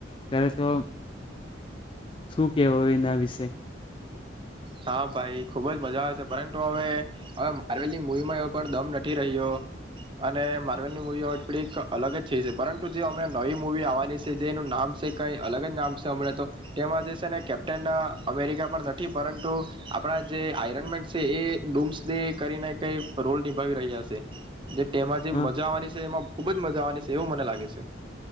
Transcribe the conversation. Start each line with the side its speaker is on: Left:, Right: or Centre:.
Left: ત્યારે તો શું કેવો એના વિશે.
Right: હા, ભાઈ ખુબ જ મજા આવે છે, પરંતુ હવે હવે માર્વેલની મૂવીમાં એવો પણ દમ નથી રહ્યો. અને માર્વેલની મૂવી હવે થોડીક અલગ જ છે જે પરંતુ જે અમણાં નવી મુૂવી આવવાની છે જે એનું નામ છે કઈ અલગ જ નામ સ અમણે તો તેમાં જે સે ને કેપ્ટન અમેરિકા પણ નથી પરં ટો આપણા જે આયરનમેન્ટ છે એ ડુમ્સ ડે કરીને કઈ રોલ નિભાવી રહ્યા છે. જે તેમાં જે
Left: હા
Right: મજા આવાની છે એમાં ખુબ જ મજા આવવાની છે. તેવું મને લાગે છે.